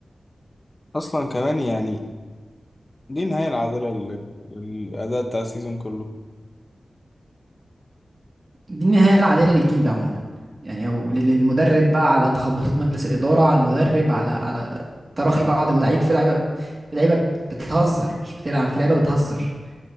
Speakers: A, on the left (about 30°); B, on the right (about 40°).
A: اصلا كمان يعني دي النهاية العادلة لل- للأداء بتاع السيزون كله
B: دي النهاية العادلة للجيل ده عموما يعني او لل- للمدرب بقى على تخبطات مجلس الإدارة على المدرب على على تراخي بعض اللعيبة في لعيبة في لعيبة بتهزر مش بتلعب في لعيبة بتهزر